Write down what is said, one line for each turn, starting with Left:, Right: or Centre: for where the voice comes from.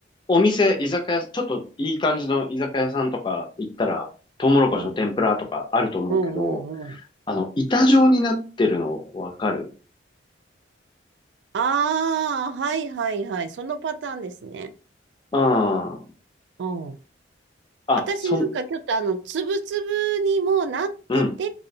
Left: お店、居酒屋、ちょっといい感じの居酒屋さんとか行ったら、トウモロコシの天ぷらとかあると思うけど、
Right: うん、うん、うん。うん
Left: あの、板状になってるのわかる
Right: ああー、はいはいはい。そのパターンですね。
Left: うん。
Right: うん。
Left: あ、
Right: 私なんかちょっとあの、
Left: そん、
Right: つぶつぶにもうなってて、
Left: うん、